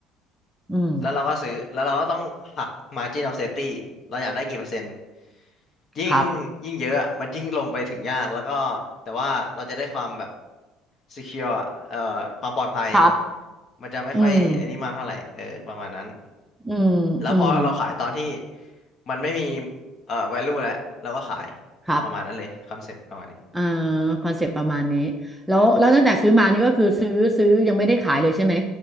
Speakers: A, in the centre; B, on the left.
A: อืม
B: แล้วเราก็ซื้อแล้วเราก็ต้องหัก margin of safety เราอยากได้กี่เปอร์เซ็นต์ ยิ่ง
A: ครับ
B: ยิ่งเยอะอะมันยิ่งลงไปถึงยาก แล้วก็แต่ว่าเราจะได้ความแบบ secure อเอ่อความปลอดภัย
A: ครับ
B: มันจะไม่ค่อยอันนี้มากเท่าไหร่เออประมาณนั้น
A: อืมอืมอืม
B: แล้วพอเราขายตอนที่มันไม่มีเอ่อ value แล้วเราก็ขาย
A: ครับ
B: ประมาณนั้นเลยคอนเซปต์ประมาณนี้
A: อ่าคอนเซปต์ประมาณนี้แล้วแล้วตั้งแต่ซื้อมานี่ก็คือซื้อซื้อยังไม่ได้ขายเลยใช่ไหม